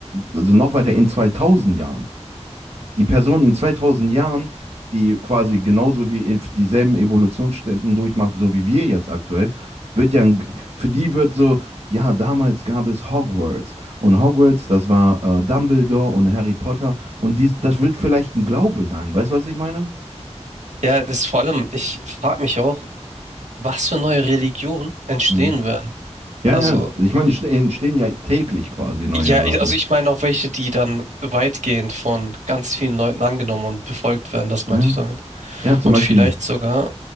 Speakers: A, on the right; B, on the right.
A: also noch weiter in 2000 Jahren die Person in 2000 Jahren, die quasi genauso wie in- dieselben Evolutionsstufen durchmacht, so wie wir jetzt aktuell, wird ja, ein- für die wird so, ja, damals gab es Hogwarts und Hogwarts, das war äh, Dumbledore und Harry Potter und dies, das wird vielleicht ein Glaube sein, weißt du, was ich meine?
B: Ja, das vor allem, ich frage mich auch, was für neue Religionen entstehen
A: Mhm.
B: werden.
A: Ja,
B: Also.
A: ja, ich meine, es ste- entstehen ja täglich quasi neue
B: Ja,
A: Sachen.
B: i- also ich meine auch welche, die dann weitgehend von ganz vielen Leuten angenommen und befolgt werden, das meinte
A: Ja,
B: ich damit.
A: ja, zum
B: Und
A: Beispiel,
B: vielleicht sogar